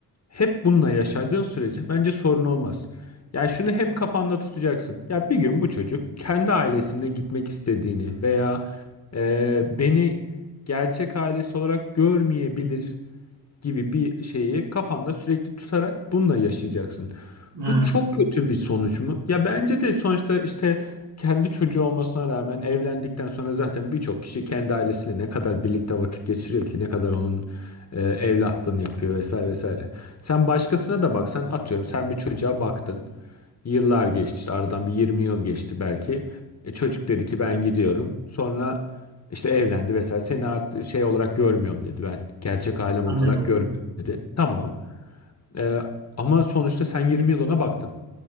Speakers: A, on the left (about 40°); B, on the right (about 70°).
A: hep bununla yaşadığın sürece bence sorun olmaz. Yani şunu hep kafanda tutacaksın. Ya bir gün bu çocuk kendi ailesine gitmek istediğini veya e, beni gerçek ailesi olarak görmeyebilir gibi bir şeyi kafanda sürekli tutarak bununla yaşayacaksın.
B: Evet.
A: Bu çok kötü bir sonuç mu? Ya bence de sonuçta işte kendi çocuğu olmasına rağmen evlendikten sonra zaten birçok kişi kendi ailesiyle ne kadar birlikte vakit geçiriyor ki ne kadar onun e, evlatlığını yapıyor vesaire vesaire. Sen başkasına da baksan atıyorum sen bir çocuğa baktın. Yıllar geçti işte aradan bir 20 yıl geçti belki. E, çocuk dedi ki ben gidiyorum. Sonra işte evlendi vesaire. Seni artık şey olarak görmüyorum dedi ben. Gerçek ailem olarak
B: Anne baba.
A: görmüyorum dedi. Tamam. E, ama sonuçta sen 20 yıl ona baktın.